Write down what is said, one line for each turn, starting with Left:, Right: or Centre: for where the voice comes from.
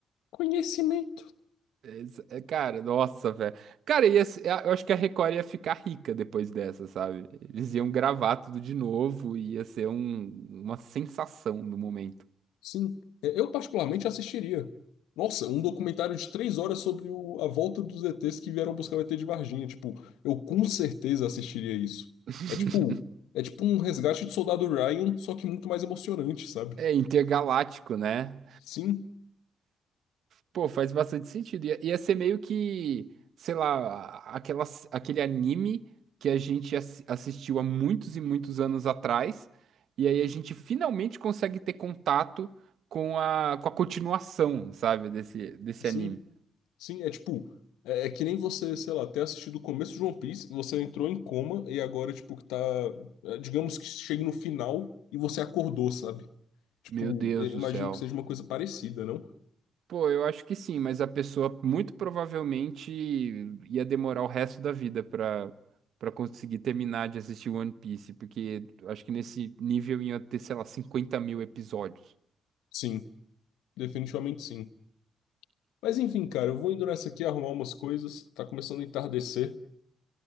Left: conhecimento.
Right: é, exa- é, Cara, nossa, velho. Cara, ia, se- eu acho que a Record ia ficar rica depois dessa, sabe? Eles iam gravar tudo de novo e ia ser um- uma sensação no momento.
Left: Sim, É, eu particularmente assistiria. Nossa, um documentário de três horas sobre o- a volta dos ETs que vieram buscar o ET de Varginha. Tipo, eu com certeza assistiria isso.
Right: <laughs>
Left: É tipo, é tipo um resgate de Soldado Ryan, só que muito mais emocionante, sabe?
Right: É intergaláctico, né?
Left: Sim,
Right: Pô, faz bastante sentido. Ia, ia ser meio que, sei lá, aquela, aquele anime que a gente assi- assistiu há muitos e muitos anos atrás, e aí a gente finalmente consegue ter contato com a, com a continuação, sabe, desse, desse
Left: sim.
Right: anime.
Left: Sim, é tipo, é, é que nem você, sei lá, ter assistido o começo de One Piece, você entrou em coma e agora, tipo, que tá, é, digamos que chegue no final e você acordou, sabe? Tipo,
Right: Meu Deus
Left: é, imagino
Right: do céu.
Left: que seja uma coisa parecida, não?
Right: Pô, eu acho que sim, mas a pessoa muito provavelmente ia demorar o resto da vida pra, pra conseguir terminar de assistir One Piece, porque acho que nesse nível ia ter, sei lá, 50 mil episódios.
Left: Sim, definitivamente sim. Mas enfim, cara, eu vou indo nessa aqui arrumar umas coisas, tá começando a entardecer.